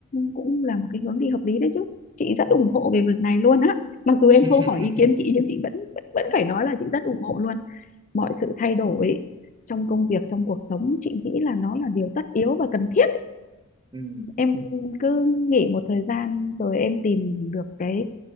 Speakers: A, on the left; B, on the right.
A: cũng là một cái hướng đi hợp lý đấy chứ chị rất
B: ừ.
A: ủng hộ về việc này luôn á mặc dù em
B: <laughs>
A: không hỏi ý kiến chị nhưng chị vẫn vẫn vẫn phải nói là chị rất ủng hộ luôn mọi
B: ừ.
A: sự thay đổi trong công việc trong cuộc sống chị nghĩ là nó là điều tất yếu và cần thiết
B: Ừ.
A: em cứ nghỉ một thời gian rồi em tìm được cái